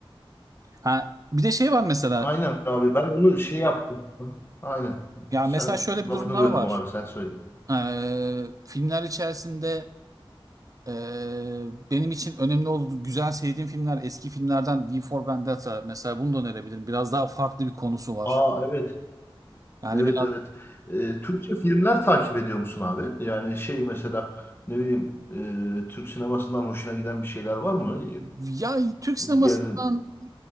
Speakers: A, on the right; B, on the left.
A: Ha, bir de şey var mesela.
B: Aynen abi ben onu şey yaptım. Aha. Aynen.
A: Ya
B: Sen
A: mesela şöyle bir
B: lafını
A: durum daha
B: böldüm
A: var.
B: abi sen söyle.
A: Ee, filmler içerisinde Ee, benim için önemli oldu. Güzel sevdiğim filmler eski filmlerden V for Vendetta mesela bunu da önerebilirim. Biraz daha farklı bir konusu var.
B: Aa evet.
A: Yani
B: Evet
A: biraz
B: evet. Ee, Türkçe filmler takip ediyor musun abi? Yani şey mesela ne bileyim e, Türk sinemasından hoşuna giden bir şeyler var mı?
A: ya Türk sinemasından
B: Gelin.
A: e,